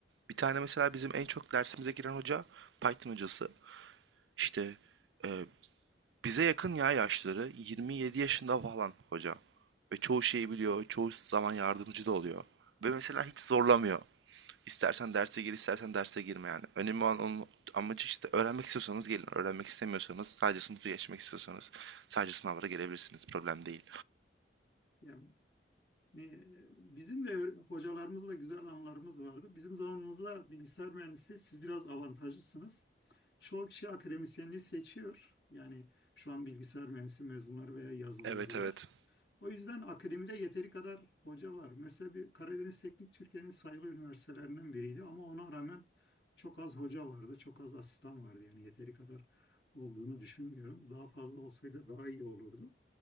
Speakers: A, on the right (about 85°); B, on the left (about 75°).
A: Bir tane mesela bizim en çok dersimize giren hoca Python hocası. İşte e, Bize yakın ya yaşları. 27 yaşında falan hoca. Ve çoğu şeyi biliyor. Çoğu zaman yardımcı da oluyor. Ve mesela hiç zorlamıyor. İstersen derse gir, istersen derse girme yani. Önemli olan onun amacı işte öğrenmek istiyorsanız gelin. Öğrenmek istemiyorsanız, sadece sınıfı geçmek istiyorsanız sadece sınavlara gelebilirsiniz. Problem değil.
B: yani ne- bizim de öyle- hocalarımızla güzel anılarımız vardı. Bizim zamanımızda bilgisayar mühendisi siz biraz avantajlısınız. Çoğu kişi akademisyenliği seçiyor. Yani şu an bilgisayar mühendisi mezunları veya yazılımcılar.
A: Evet evet.
B: O yüzden akademide yeteri kadar hoca var. Mesela bir Karadeniz Teknik Türkiye'nin sayılı üniversitelerinden biriydi ama ona rağmen çok az hoca vardı, çok az asistan vardı. Yani yeteri kadar olduğunu düşünmüyorum. Daha fazla olsaydı daha iyi olurdu.